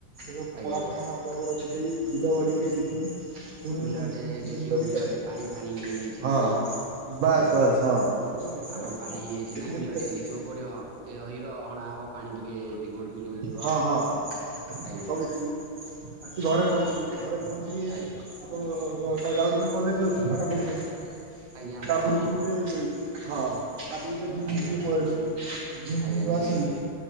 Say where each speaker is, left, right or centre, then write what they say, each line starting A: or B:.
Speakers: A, on the right; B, on the right.
A: ଯୋଉ <unintelligible>
B: ଆଜ୍ଞା
A: ଆପଣଙ୍କର ଅଛି। ସେଇ ବିଲବାଡ଼ିି ଟିକିଏ ଦେଖିକି ପୁଣି
B: ବିଲ ବାଡ଼ି
A: ସେମିତି
B: ଦେଖିବୁ
A: ବୁଲି ବାଲିକି
B: ବିଲ
A: ଆସିବେ।
B: ବାଡ଼ି ରେ ପାଣି ଫାଣି ହେଇଛି
A: ହଁ
B: ନା ନାଇଁ
A: ବାସ୍
B: ଆଜ୍ଞା। ଆପଣ
A: ବାସ୍ ହଁ। ଏମିତି ସବୁ ଦେଖିବେ ଆଉ
B: ପାଣି ହେଇଛି
A: ଦେଖି
B: ନାଇଁ
A: ଦେଖିକି
B: ବିଲ ଟିକେ
A: ଆସିବେ।
B: ଦେଖିବୁ କୋଉଠି ହି ହିଡ ହଣା ହବ। ପାଣି ଟିକେ କି କୋଉଠି ବିଲକୁ ଯିବ
A: ହଁ ହଁ।
B: ଆଜ୍ଞା।
A: ସବୁ ଦେଖିବେ ଆସି ଘରେ
B: ଆଜ୍ଞା
A: ପହଞ୍ଚିବି ଘରେ ପହଞ୍ଚିକି
B: ଆଜ୍ଞା
A: ଆପଣ ଯାଉ ଥିଲେ କଲେଜ୍ ଯାଉ ପାଠ ପଢୁଛନ୍ତି
B: ଆଜ୍ଞା
A: ତା
B: ପଢ଼ୁଛି
A: ପୂର୍ବରୁ ଟିକିଏ ଇଏ ହଁ। ତାପରକୁ ଟିକେ ଜିମ୍
B: ଆଜ୍ଞା
A: କି ପଳେଇବେ ଜିମ୍
B: ଆଜ୍ଞା
A: ଫିମ ରୁ ଆସି
B: ଯାଉଛି